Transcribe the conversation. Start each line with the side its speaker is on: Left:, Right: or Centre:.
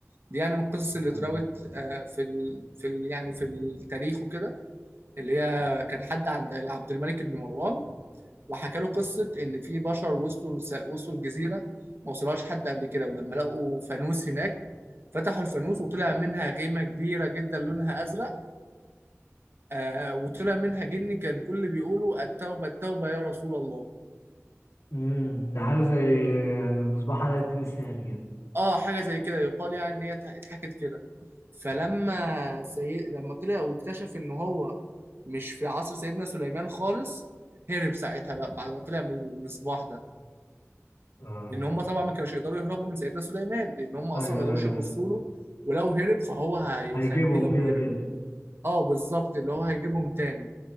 Right: دي يعني من القصص
Left: السلام.
Right: اللي اتراوت آه في ال... في ال... يعني في التاريخ وكده اللي هي كان حد عند عبد الملك بن مروان وحكى له قصه ان في بشر وصلوا وصلوا الجزيره ما وصلهاش حد قبل كده ولما لقوا فانوس هناك فتحوا الفانوس وطلع منها غيمه كبيره جدا لونها ازرق آه وطلع منها جن كان كل بيقولوا التوبه التوبه يا رسول الله
Left: امم ده حاجه زي آه، مصباح علاء الدين السحري كده
Right: اه حاجه زي كده يقال يعني ان هي اتحكت كده فلما سي... لما طلع واكتشف ان هو مش في عصر سيدنا سليمان خالص هرب ساعتها بقى بعد ما طلع من المصباح ده
Left: اه
Right: لان هم طبعا ما كانوش يقدروا يهربوا من سيدنا سليمان لان هم اصلا
Left: ايوه
Right: ما يقدروش
Left: ايوه
Right: يبصوا
Left: ايوه
Right: له ولو هرب فهو هيخليهم
Left: هيجيبهم كده
Right: ير...
Left: كده
Right: اه بالظبط اللي هو هيجيبهم تاني